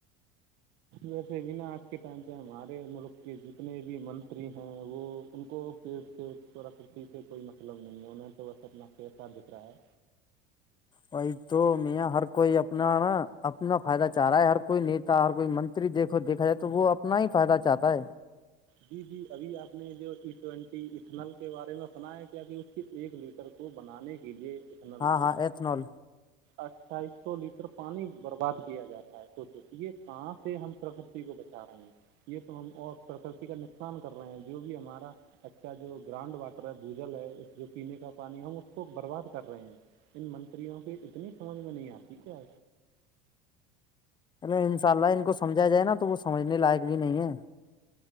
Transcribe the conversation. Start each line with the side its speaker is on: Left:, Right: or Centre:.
Right: ویسے بنا آج کے ٹائم پ ہمارے ملک کے جتنے بھی منتری ہیں وہ ان کو پیٹ سے پراکتی سے کوئی م مطلب نہیں ہے انہیں تو بس اپنا کییسہ دکھ رہا ہے
Left: وہی تو میاں ہر کوئی اپنا نا اپنا فائدہ چاہ رہا ہے ہر کوئی نیٹ اور کوئی منتری دیکھو دیکھا جائے تو وہ اپنا ہی فائدہ چاہتا ہے
Right: جی جی ابھی آپ نے جو ای ٹوینٹی اتھنل کے بارے میں سنایا ہے کیا کہ ایک لیٹر کو بنانے کے لئے اتنل
Left: ہاں
Right: کو
Left: ہاں ایتھنول
Right: اٹھائیس سو لیٹر پانی برباد کیا جاتا ہے سوچو کہ یہ کہاں سے ہم پرکتی کو بچا رہے ہیں یہ تو ہم اور پرکرتی کا نقصان کر رہے ہیں جو بھی ہمارا اچھا جو گراؤنڈ واٹر ہے بوجل ہے جو پینے کا پانی ہے ہم اس کو برباد کر رہے ہیں ان منتریوں کی اتنی سمجھ میں نہیں آتی کیا
Left: چلو ان شاء اللہ ان کو سمجھا جائے نا تو وہ سجھنے لائق بھی نہیں ہے